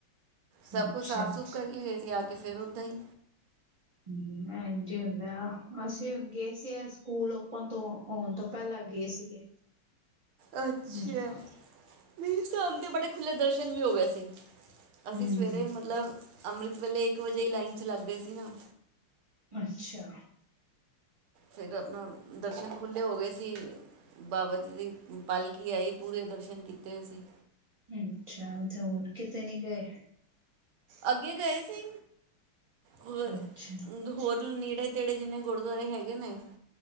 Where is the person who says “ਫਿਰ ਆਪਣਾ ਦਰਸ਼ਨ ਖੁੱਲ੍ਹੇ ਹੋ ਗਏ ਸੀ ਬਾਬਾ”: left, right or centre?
Right